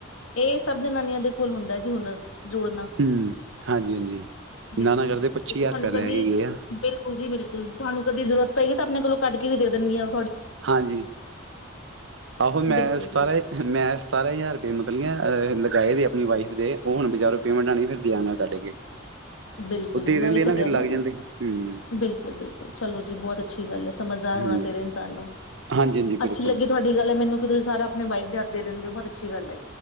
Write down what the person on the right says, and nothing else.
ਹਮ ਹਾਂਜੀ ਹਾਂਜੀ
ਨਾ ਨਾ ਕਰਦੇ ਪੱਚੀ
ਹਜ਼ਾਰ
ਰੁਪਇਆ
ਲੈ ਕੇ ਗਏ ਆ
ਹਾਂਜੀ -ਆਹੋ ਮੈਂ
ਸਤਾਰਾਂ
ਮੈਂ ਸਤਾਰਾਂ ਹਜ਼ਾਰ ਰੁਪਏ ਮਬ ਵੀ-ਆਹ ਲਗਾਏ ਦੇ ਆਪਣੀ ਵਾਈਫ ਦੇ ਉਹ ਹੁਣ ਬਾਜਾਰੋਂ ਪੇਮੈਂਟ ਆਣੀ ਫਿਰ ਦਿਆਂ ਕੱਢ ਕੇ।
ਉਹ ਦੇ
ਦਿੰਦੇ
ਫਿਰ ਲੱਗ
ਜਾਂਦੇ ਹਮ
ਹਾਂਜੀ
ਹਾਂਜੀ ਹਾਂਜੀ
ਬਿਲਕੁਲ